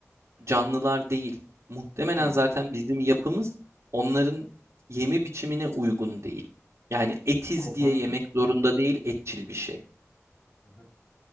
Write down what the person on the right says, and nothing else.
canlılar değil. Muhtemelen
zaten bizim yapımız onların yeme biçimine uygun değil. Yani etiz
diye yemek zorunda değil, etçil bir şey.